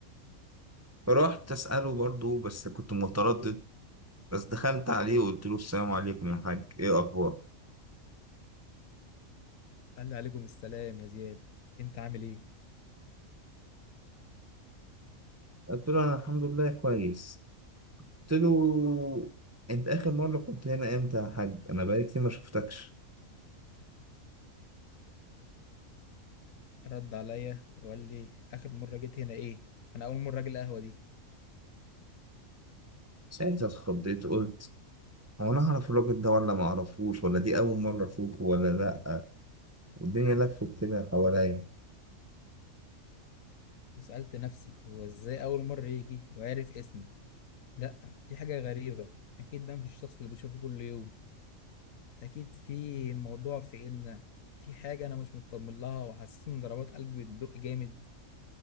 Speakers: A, on the right; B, on the left.
A: فرحت أسأله برضو بس كنت متردد بس دخلت عليه وقلت له السلام عليكم يا حاج إيه أخبارك؟
B: قال لي عليكم السلام يا زياد انت عامل ايه
A: قلت له أنا الحمد لله كويس قلت له انت اخر مره كنت هنا امتى يا حاج انا بقالي كتير ما شفتكش
B: رد عليا وقال لي اخر مرة جيت هنا ايه انا اول مرة اجي القهوة دي
A: ساعتها اتخضيت قلت هو انا اعرف الراجل ده ولا ما اعرفوش ولا دي اول مره اشوفه ولا لا والدنيا لفت كده حواليا
B: وسألت نفسي هو ازاي اول مرة يجي وعرف اسمي لا دي حاجة غريبة أكيد ده مش الشخص اللي بشوفه كل يوم أكيد في موضوع في إن في حاجة أنا مش مطمن لها وحاسس إن ضربات قلبي بتدق جامد